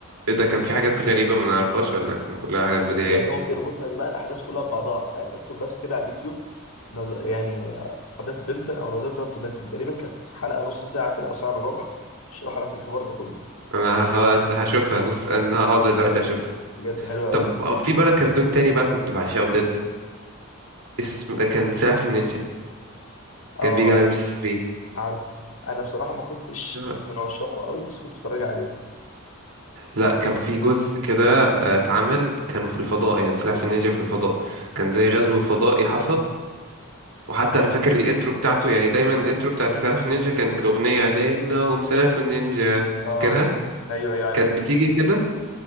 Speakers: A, on the right; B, on the left.
A: ايه ده كان في حاجات غريبه ما نعرفهاش ولا كان كلها حاجات بديهيه
B: لا يعني هو بيربط لك بقى الاحداث كلها ببعضها يعني اكتب بس كده على اليوتيوب نظ... يعني آه، احداث بنتن او نظريه ربط بنتن تقريبا كانت حلقه نص ساعه كده او ساعه الا ربع شرح لك الحوار ده كله
A: انا هخ- هشوفها نص انا هقعد دلوقتي اشوفها
B: بجد حلو قوي
A: طب في بقى كرتون تاني بقى كنت بعشقه بجد اسم كان سلاحف النينجا
B: اه
A: كان بيجي على ام بي سي
B: عارف انا بصراحه ما كنتش
A: 3
B: مش من عشاقه قوي بس كنت اتفرج عليه
A: لا كان في جزء كده آه، اتعمل كانوا في الفضاء يعني سلاحف النينجا في الفضاء كان زي غزو فضائي حصل وحتى انا فاكر الانترو بتاعته يعني دايما الانترو بتاعت سلاش نينجا كانت الاغنيه لانهم سلاش نينجا
B: اه
A: فاكرها
B: ايوه ايوه عارف
A: كانت بتيجي كده